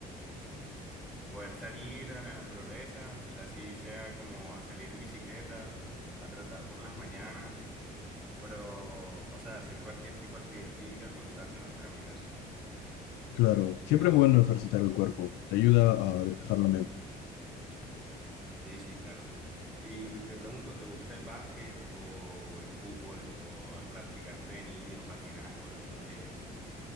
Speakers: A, in the centre; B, on the left.
A: poder salir a la naturaleza, o sea, así sea como a salir en bicicleta, a tratar por las mañanas, pero, o sea, hacer cualquier tipo de actividad física con tal de no estar en mi casa.
B: Claro, siempre
A: Pero,
B: es bueno ejercitar el cuerpo, te ayuda a despejar la mente.
A: sí, sí, claro. Y te pregunto, ¿te gusta el básquet o el fútbol o practicaste de niño patinaje o algunos de estos?